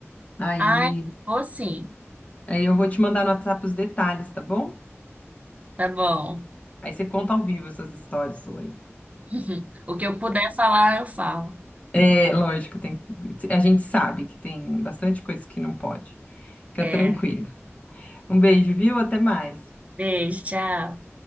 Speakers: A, on the left; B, on the right.
A: Aí,
B: Ai, vou sim.
A: aí eu vou te mandar no WhatsApp os detalhes, tá bom?
B: Tá bom.
A: Aí você conta ao vivo essas histórias sua aí.
B: <laughs> O que eu puder falar, eu falo.
A: É, lógico, tem, a gente sabe que tem bastante coisa que não pode. Fica
B: É.
A: tranquilo. Um beijo, viu? Até mais.
B: Beijo, tchau.